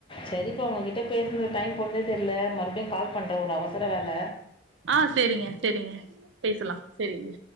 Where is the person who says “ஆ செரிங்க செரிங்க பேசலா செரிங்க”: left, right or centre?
Right